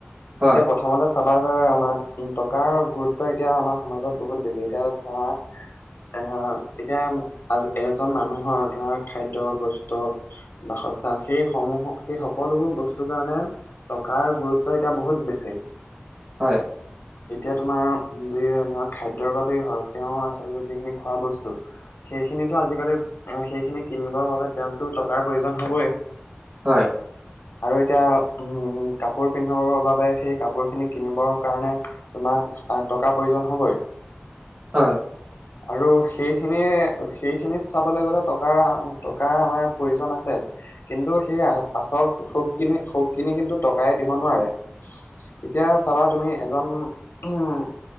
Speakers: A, on the right; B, on the left.
A: হয়,
B: এতিয়া প্ৰথমতে চাব। বা আমাৰ উম, টকাৰ গুৰুত্ব এতিয়া আমাৰ সমাজত বহুত বেছি এতিয়া ধৰা। এ-এতিয়া আমাৰ এজন মানুহৰ ধৰা খাদ্য বস্তু বা। বাসস্থান সেই সমূহ সেই সকলোবোৰ বস্তুৰ কাৰণে। টকাৰ গুৰুত্ব এতিয়া বহুত বেছি।
A: হয়।
B: এতিয়া তোমাৰ যি ধৰা খাদ্যয়ৰ বাবেই হওঁক তেওঁ আচলতে, যিখিনি খোৱা বস্তু। সেইখিনিটো আজিকালি এ সেইখিনি কিনিবৰ বাবে তেওঁকতো টকাৰ প্ৰয়োজন হবই।
A: হয়।
B: আৰু এতিয়া উম, কাপোৰ পিন্ধাবৰ বাবে সেই কাপোৰ খিনিক। কিনিবৰ কাৰণে, তোমাক টকা প্ৰয়োজন হ'বই।
A: হয়।
B: আৰু সেইখিনি সেইখিনিত চাবলৈ গ'লে টকাৰ টকা আমাৰ প্ৰয়োজন আছে। কিন্তু সেই আ-আচৰ সুখখিনি-সুখখিনি কিন্তু টকাই দিব নোৱাৰে। এতিয়া চাবা তুমি এজন উম,